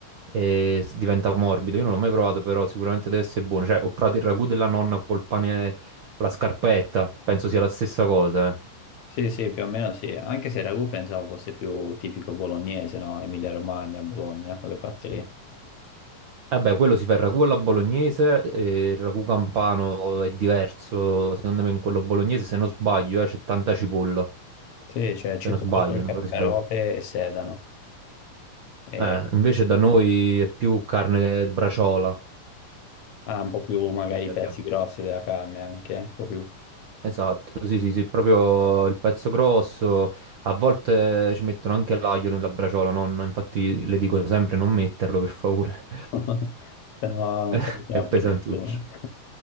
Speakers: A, on the right; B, on the left.
A: e s- diventa morbido. Io non l'ho mai provato, però sicuramente deve essere buono. Cioè ho provato il ragù della nonna col pane, con la scarpetta, penso sia la stessa cosa. eh.
B: Sì, sì, più o meno sì, anche se il ragù pensavo fosse più tipico bolognese, no? Emilia-Romagna, Bologna, quelle parti lì.
A: Eh beh, quello si fa il ragù alla bolognese, e il ragù campano è diverso, secondo me in quello bolognese, se non sbaglio, eh, c'è tanta cipolla,
B: Sì, c'è cipolla,
A: se non sbaglio,
B: ca-
A: non vorrei
B: carote
A: sbagliare.
B: e sedano. E
A: Eh, invece da noi è più carne braciola,
B: ha un po' più magari
A: così
B: i
A: la
B: pezzi
A: chiamo.
B: grossi della carne anche, un po' più.
A: Esatto, sì, sì, sì, proprio il pezzo grosso, a volte ci mettono anche l'aglio nella braciola, nonna, infatti le dico sempre non metterlo, per favore,
B: <laughs> Se no non
A: <laughs>
B: si avvicina
A: è pesantuccio.
B: più a nessuno.